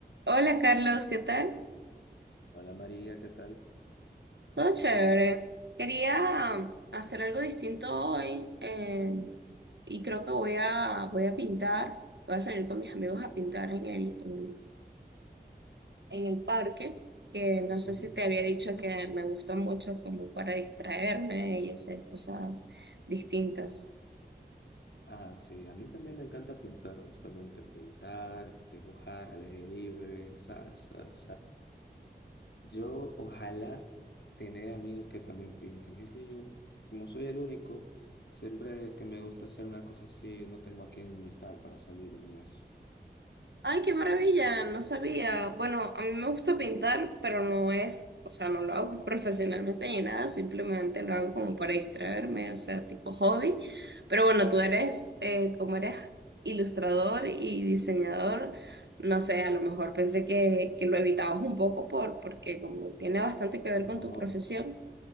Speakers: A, on the right; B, on the left.
A: Hola Carlos, ¿qué tal?
B: Hola María, ¿qué tal?
A: Todo chévere. Quería um, hacer algo distinto hoy eh, y creo que voy a, voy a pintar. Voy a salir con mis amigos a pintar en el, en, en el parque, que no sé
B: Ujú.
A: si te había dicho que me gusta mucho como para distraerme y hacer cosas distintas.
B: Ah, sí, a mí también me encanta pintar, honestamente, pintar, dibujar al aire libre, o sea, o yo ojalá tener amigos que también pinten. Es que yo, como soy el único, siempre que me gusta hacer una cosa así, no tengo a quién invitar para salir y ni eso.
A: Ay, qué maravilla, no sabía. Bueno, a mí me gusta pintar, pero no es, o sea, no lo hago <laughs> profesionalmente ni nada, simplemente lo hago como para distraerme, o sea, tipo hobby. Pero bueno, tú eres, eh, como eres ilustrador y diseñador, no sé, a lo mejor pensé que, que lo evitabas un poco por, porque como tiene bastante que ver
B: No.
A: con tu profesión.